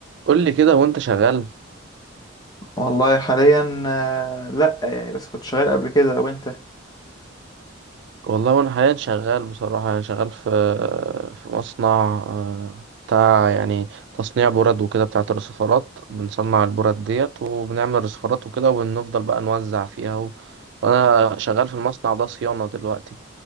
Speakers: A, on the right (about 60°); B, on the left (about 20°).
A: قول لي كده وانت شغال
B: والله حاليا آه، لا يعني بس كنت شغال قبل كده وانت
A: والله وانا حاليا شغال بصراحة يعني شغال في في مصنع آه، بتاع يعني تصنيع برد وكده بتاعة الرصفارات بنصنع البرد ديت وبنعمل رصفارات وكده وبنفضل بقى نوزع فيها و... وانا شغال في المصنع ده صيانة دلوقتي